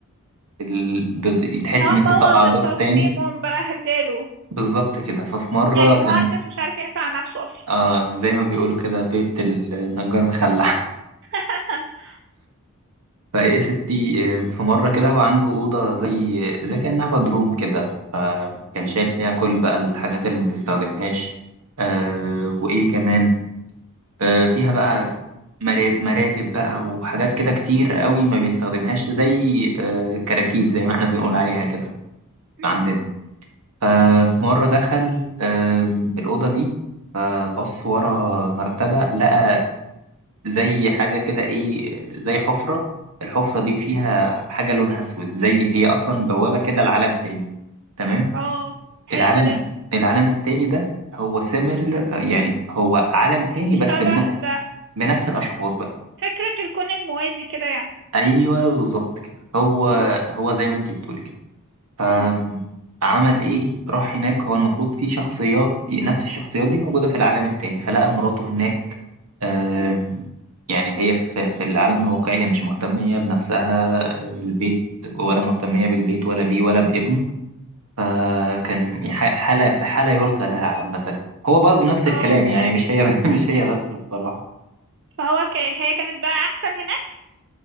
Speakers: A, on the right; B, on the right.
A: ال... بت- تحس
B: اللي هو
A: إن أنت
B: مبوظ
A: طالعة دور
B: التصميم
A: تاني
B: ومبهدله
A: بالظبط كده ففي مرة
B: يعني المهندس
A: كان
B: مش عارف ينفع نفسه اصلا
A: آه زي ما بيقولوا كده بيت النجار مخلع
B: <laughs>
A: فهي ستي آه، في مرة كده هو عنده أوضة زي زي كأنها بدروم كده فكان
B: مم.
A: شايل فيها كل بقى الحاجات اللي ما بيستخدمهاش آه وإيه كمان آه فيها بقى مرات- مراتب بقى وحاجات كده كتير قوي ما بيستخدمهاش زي آه كراكيب زي ما احنا بنقول عليها كده
B: مم.
A: عندنا ففي مرة دخل آه الأوضة دي فبص ورا مرتبة لقى زي حاجة كده إيه زي حفرة الحفرة دي فيها حاجة لونها أسود زي هي أصلا بوابة كده لعالم تاني تمام
B: اه حلو
A: العالم
B: ده
A: العالم التاني ده هو سيميلر يعني هو عالم تاني بس
B: شبه
A: بن-
B: ده
A: بنفس الأشخاص بقى
B: فكرة الكون الموازي كده يعني
A: أيوه بالظبط كده هو
B: مم.
A: هو زي ما أنت بتقولي كده فعمل
B: مم.
A: إيه راح هناك هو المفروض في شخصيات نفس الشخصيات دي موجودة في العالم التاني فلقى مراته هناك آم،
B: مم.
A: يعني هي في في العالم الواقعي هي مش مهتمية بنفسها آه، البيت ولا مهتمية بالبيت ولا بيه ولا بابنه فكان ح- حالة في حالة يرثى لها عامة هو برضه نفس
B: اه
A: الكلام يعني مش هي <laughs> مش هي بس الصراحة
B: فهو ك... هي كانت بقى احسن هناك